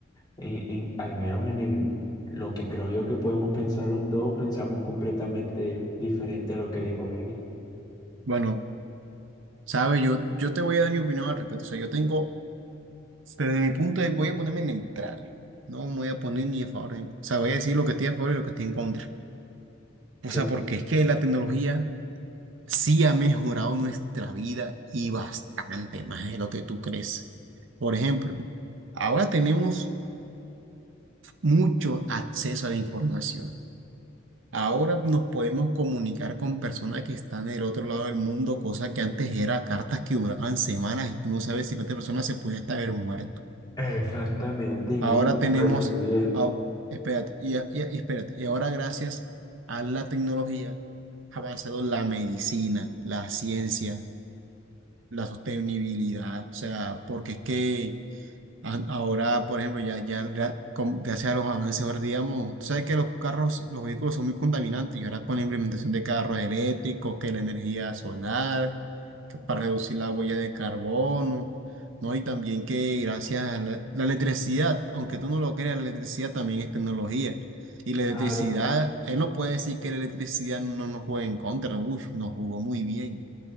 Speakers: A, on the left; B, on the right.
A: en, en- al menos en el, lo que creo yo que podemos pensar los dos, pensamos completamente diferente a lo que dijo él.
B: bueno, sabes, yo, yo te voy a dar mi opinión al respecto. O sea, yo tengo, desde mi punto de voy a ponerme neutral. No me voy a poner ni a favor. ni- O sea, voy a decir lo que estoy a favor y lo que estoy en contra. O
A: Sí.
B: sea, porque es que la tecnología sí ha mejorado nuestra vida y bastante más de lo que tú crees. Por ejemplo, ahora tenemos mucho acceso a la información. Ahora nos podemos comunicar con personas que están en el otro lado del mundo, cosa que antes era cartas que duraban semanas y tú no sabes si la otra persona se pudiera hasta haber muerto.
A: Exactamente, y
B: Ahora
A: nunca
B: tenemos,
A: la recibías,
B: ah, espérate, y, a- y a- y espérate, y ahora gracias a la tecnología ha avanzado la medicina, la ciencia, la sostenibilidad, o sea, porque es que a- Ahora, por ejemplo, ya, ya, gra- con- gracias a los avances, ahora digamos, tú sabes que los carros, los vehículos son muy contaminantes y ahora con la implementación de carros eléctricos, que la energía solar, que para reducir la huella de carbono, ¿no? Y también que gracias a la, la electricidad, aunque tú no lo creas, la electricidad también es tecnología. Y la electricidad,
A: claro.
B: él no puede decir que la electricidad no nos juega en contra, uff, nos jugó muy bien.